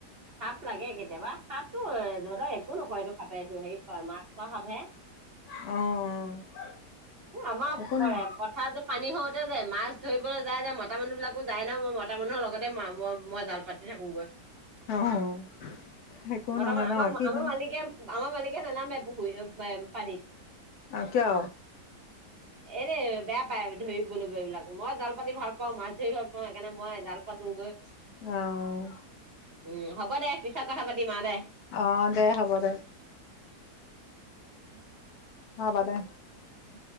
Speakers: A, on the right; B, on the left.
A: সাপ লাগে কেতিয়াবা, সাপতো এ ধৰা একো নকৰে এইটো সাপে, এইটো হেৰি মাছ খোৱা সাপহে।
B: আহ অ
A: এই আমাৰ
B: অ', একো
A: প পথাৰতো পানী হওঁতে যে, মাছ ধৰিবলৈ যায় যে, মতা মানুহ বিলাকো যায় ন, মই মতা মানুহ লগতে ম মই জাল পাতি থাকোগৈ।
B: অ', একো
A: বৰ্তমান
B: নহয় ন
A: আমাৰ-আমাৰ
B: কিনো
A: মালিকে, আমাৰ মালিকে নেনামে পুখুৰী পে পানীত।
B: কিয়?
A: এনে বেয়া পায় ধৰিবলৈ সেইবিলাক, মই জাল পাতি ভাল পাওঁ, মাছ ধৰি ভাল পাওঁ, সেইকাৰণে মই জাল পাতোগৈ।
B: অঁ
A: উম হ'ব দে পিছত কথা পাতিম আঁও দে।
B: আহ দে হ'ব দে
A: উম
B: হ'ব দে
A: উম